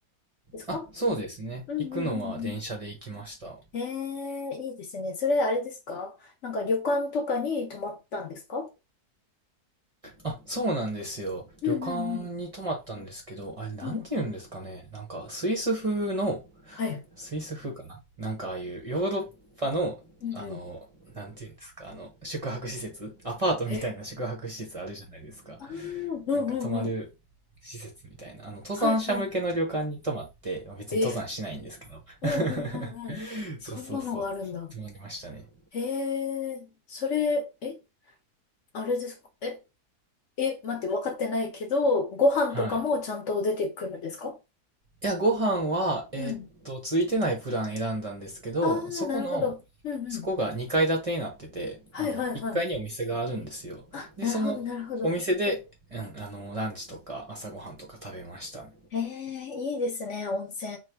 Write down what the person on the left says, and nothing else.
ですか
うんうんうん
うんええー、いいですね。それあれですかなんか旅館とかに泊まったんですか
うんうん
うんうん。
はい。
うんうん。
え、ああ、うんうんうん。
はいは
い。え、うんうんうんうん。
そんなのがあるんだ。
へえ、それ、え、あれですかえ、え、待って、分かってないけど、ご飯とかもちゃんと出てくるんですか
うん。
ああ、
なるほど。うんうん。
はいはいはい。
あ、
なるほどなるほど。
ええ、いいですね、温泉。